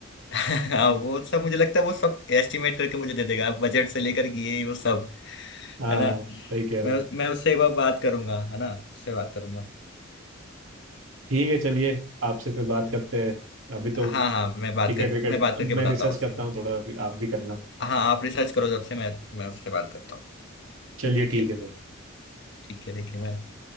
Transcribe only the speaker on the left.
<laughs> हाँ वो सब मुझे लगता है वो सब एस्टिमेट करके मुझे दे देगा बजट से लेकर कि ये वो सब
है ना
मैं
मैं उससे एक बार बात करूंगा है ना उससे बात करूंगा
हाँ हाँ मैं बात
करके
मैं बात करके
बताता
हूँ उससे
हाँ आप रिसर्च करो जब से मैं मैं उससे बात करता हूँ
ठीक
है
ठीक है देखिए मैं